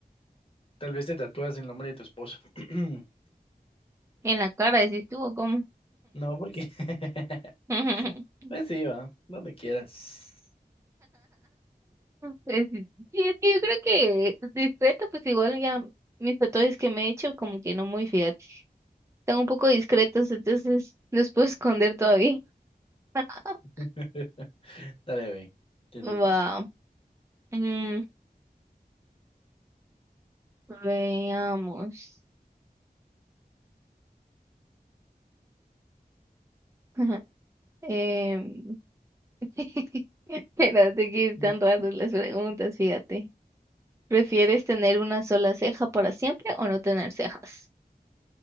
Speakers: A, on the left; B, on the right.
A: tal vez te tatúas el nombre de tu esposo. <clears throat>
B: En la cara, decís tú, ¿o ¿cómo?
A: No, porque <laughs>
B: <laughs>
A: Pues sí, va, donde quieras.
B: Pues, sí, sí, es que yo creo que discreto, pues igual ya mis tatuajes que me he hecho, como que no muy, fíjate. Están un poco discretos, entonces los puedo esconder todavía. <laughs>
A: <laughs> Dale, ve, te
B: Wow.
A: toca.
B: Mm, veamos. <laughs> Em, <laughs> espérate que están
A: <laughs>
B: raras las preguntas, fíjate. ¿Prefieres tener una sola ceja para siempre o no tener cejas?